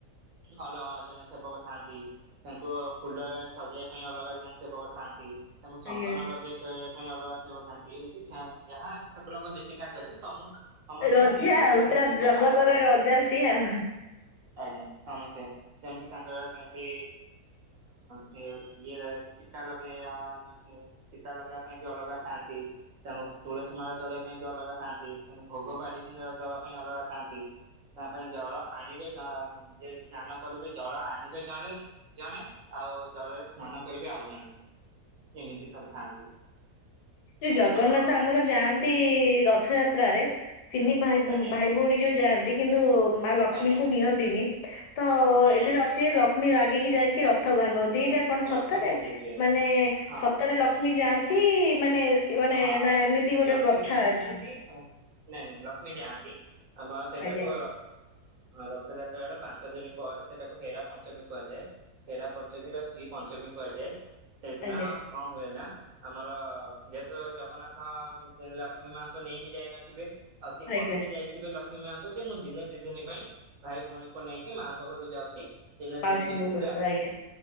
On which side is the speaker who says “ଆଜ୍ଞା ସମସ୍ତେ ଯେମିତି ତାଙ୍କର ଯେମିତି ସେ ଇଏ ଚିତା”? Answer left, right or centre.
Right